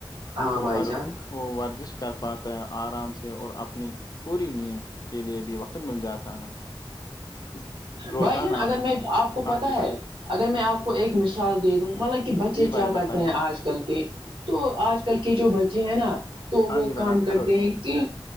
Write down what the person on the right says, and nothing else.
ہاں
بھائی
جان
بھائی جان اگر میں آپ کو پتا
ہے اگر میں آپ کو ایک مثال دے دوں مطلب کہ بچے
کیا کرتے
ہیں آج کل کے تو آج کل کے جو بچے ہیں نا تو
وہ
کام
کرتے
ہیں کی